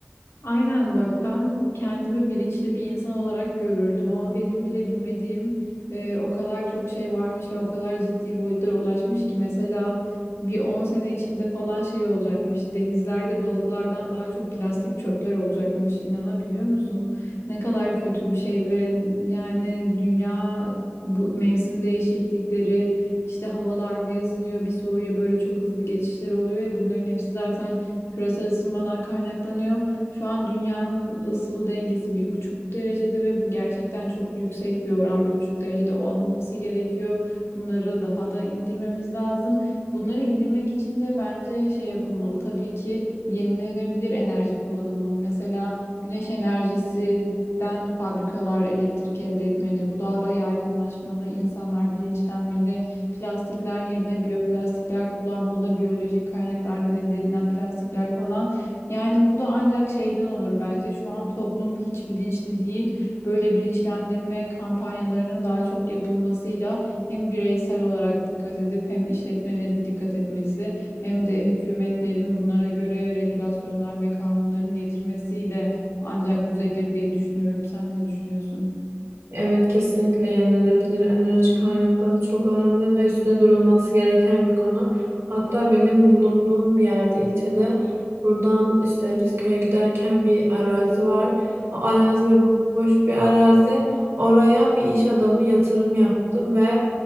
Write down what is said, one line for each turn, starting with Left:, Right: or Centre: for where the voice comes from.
Left: Aynen bak ben kendimi bilinçli bir insan olarak görürdüm ama benim bile bilmediğim e, o kadar çok şey varmış ve o kadar ciddi boyutlara ulaşmış ki mesela bir 10 sene içinde falan şey olacakmış denizlerde balıklardan daha çok plastik çöpler olacakmış inanabiliyor musun? Ne kadar kötü bir şey ve yani dünya bu mevsim değişiklikleri işte havalar bir ısınıyor bir soğuyor böyle çok hızlı geçişler oluyor ya bunların hepsi zaten küresel ısınmadan kaynaklanıyor. Şu an dünyanın ısıl dengesi bir buçuk derecede ve bu gerçekten çok yüksek bir oran. Bir buçuk derecede olmaması gerekiyor. Bunları daha da indirmemiz lazım. Bunları indirmek için de bence şey yapılmalı. Tabii ki yenilenebilir enerji kullanılmalı. Mesela güneş enerjisinden fabrikalar elektrik elde etmeli. Bu daha da yaygınlaşmalı. İnsanlar bilinçlenmeli. Plastikler yerine biyoplastikler kullanmalı. Biyolojik kaynaklardan elde edilen plastikler falan. Yani bu da ancak şeyden olur bence. Şu an toplum hiç bilinçli değil. Böyle bilinçlendirme kampanyalarının daha çok yapılmasıyla hem bireysel olarak dikkat edip hem işletmelerin dikkat etmesi hem de hükümetlerin bunlara göre regülasyonlar ve kanunların getirmesiyle ancak düzelir diye düşünüyorum. Sen ne düşünüyorsun?
Right: Evet kesinlikle yenilenebilir enerji kaynakları çok önemli ve üstüne durulması gereken bir konu. Hatta benim bulunduğum yerde ilçede buradan işte biz köye giderken bir arazi var. O arazi ve boş bir arazi. Oraya bir iş adamı yatırım yaptı ve